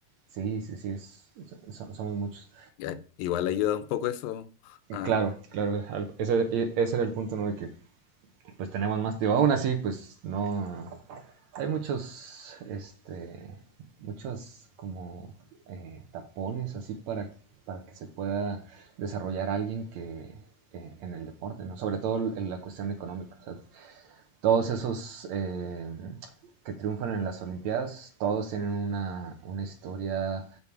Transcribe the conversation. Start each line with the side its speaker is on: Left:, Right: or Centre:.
Right: Sí, sí, sí, es, son- somos muchos.
Left: Ya, igual ayuda un poco eso. Ah,
Right: Claro, claro, al- ese, e- ese era el punto, ¿no? De que pues tenemos más, digo, aún así, pues no, hay muchos, este, muchos como eh, tapones así para, para que se pueda desarrollar alguien que eh, en el deporte, ¿no? Sobre todo en la cuestión económica. o sea, todos esos eh, que triunfan en las Olimpiadas, todos tienen una, una historia